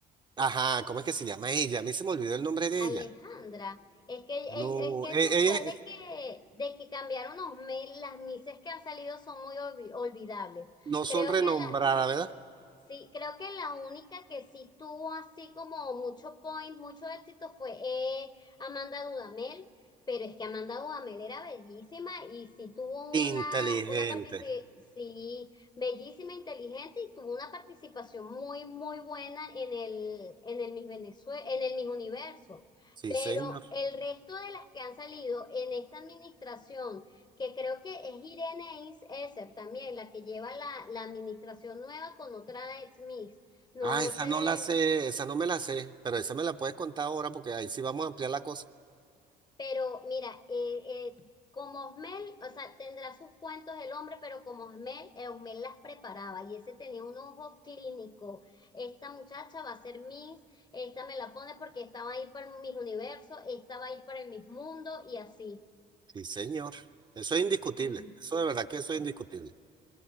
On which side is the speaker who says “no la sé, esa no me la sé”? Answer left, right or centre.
Right